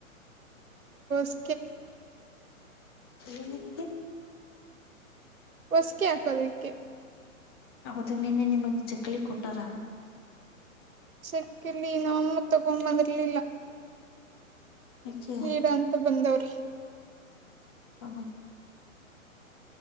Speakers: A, on the right; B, on the left.
A: ಸ್
B: ಏನಕ್ಕೆ
A: ಹೊಸಕ ಆಸದಕ್ಕೆ
B: ಹೌದಾ ನಿನ್ನೆ ನಿಮಗೆ ಚಕ್ಕಲಿ ಕೊಟ್ಟಾರ
A: ಸಕಿಲಿ ನಮ್ಮತ್ ತಗೊಂಡ್ ಬಂದಿರ್ಲಿಲ್ಲ
B: ಯಾಕೆ
A: ನೀಡ ಅಂತ ಬಂದವ್ರಿ
B: ಹೌ